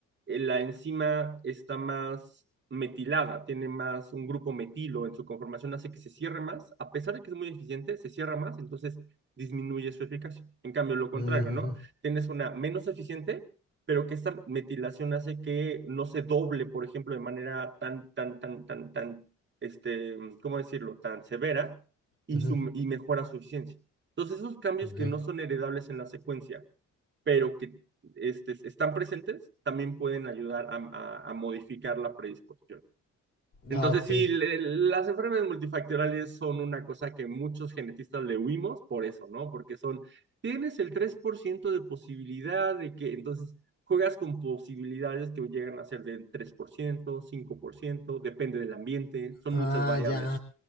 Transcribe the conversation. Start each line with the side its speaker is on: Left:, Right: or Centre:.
Right: eh, la enzima está más metilada, tiene más un grupo metilo en su conformación, hace que se cierre más, a pesar de que es muy eficiente, se cierra más, entonces disminuye su eficacia. En cambio, lo contrario,
Left: ujú,
Right: ¿no?
Left: ujú,
Right: Tienes una menos eficiente, pero que esta metilación hace que no se doble, por ejemplo, de manera tan, tan, tan, tan, tan, este, ¿cómo decirlo?, tan severa y,
Left: ujú.
Right: su, y mejora su eficiencia. Entonces, esos cambios
Left: Ok.
Right: que no son heredables en la secuencia, pero que este, están presentes, también pueden ayudar a, a, a modificar la predisposición. Entonces,
Left: Ah, ok.
Right: sí, le, las enfermedades multifactoriales son una cosa que muchos genetistas le huimos por eso, ¿no? Porque son, tienes el 3% de posibilidad de que, entonces, juegas con posibilidades que llegan a ser del tres por ciento, cinco por ciento, depende del ambiente, son
Left: Ah,
Right: muchas variables.
Left: ya.